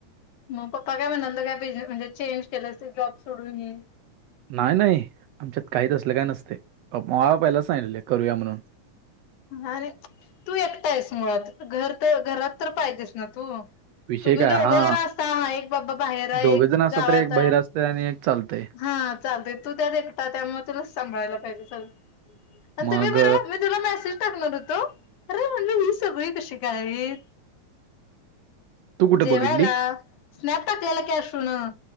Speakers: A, on the left; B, on the right.
A: मग पप्पा काय म्हणालं काय बि म्हणजे चेंज केलं अस जॉब सोडून येई
B: नाही नाही आमच्यात काहीच असलं काय नसते मवा पहिलाचां करूया म्हणून
A: हा रे, तू एकटा आहेस मुळात, घर तर, घरात तर पाहिजेस ना तू
B: विषय
A: तुम्ही
B: काय
A: दोघं
B: हा
A: जण असता, आ एक बाबा बाहेर आहे,
B: दोघे
A: एक
B: जण असतात
A: गावात
B: तर एक बहिर
A: आहे
B: असतय आणि एक चालतय
A: हा चालते, तू त्यात एकटा, त्यामुळं तुलाचं सांभाळायला पाहिजे सगळं. आन
B: मग
A: तुमी बरो मी तुला मेसेज टाकणार होतो, अरे म्हणलं, ही सगळी कशी काय?
B: तू कुठे
A: जेवायला
B: बघितली?
A: स्नॅप टाकलेलं की आशूनं